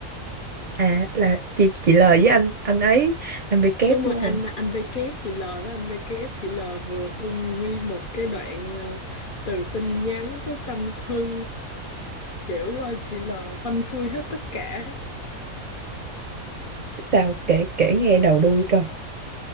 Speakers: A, on the right (about 45°); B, on the left (about 50°).
A: à là chị chị lời với anh anh ấy anh bị kép
B: Đúng
A: đúng
B: rồi, anh
A: không
B: anh V kép, chị L với anh V kép, chị L vừa tung nguyên một cái đoạn ờ, từ tin nhắn tới tâm thư kiểu ờ, chị L phanh phui hết tất cả.
A: sao kể kể nghe đầu đuôi coi